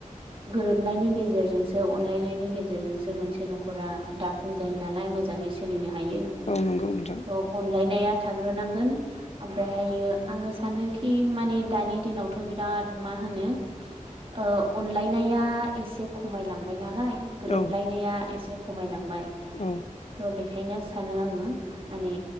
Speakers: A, on the right; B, on the left.
A: गोरोबनायनि गेजेरजोंसो अनलायनायनि गेजेरजोंसो मोनसे न'खरा दाफुं जायो नालाय मोजाङै सोलिनो हायो
B: हागोन ना?
A: थ' अनलायनाया थाग्रोनांगोन ओमफ्रायहायो आङो सानोखि माने दानि दिनावथ' बिराद मा होनो ओ अनलाइन नाया एसे खमायलांबाय नालाय गोरोबलायनाया
B: औ
A: एसे खमायलांबाय।
B: औ
A: थ' बेखायनो सानो आङो माने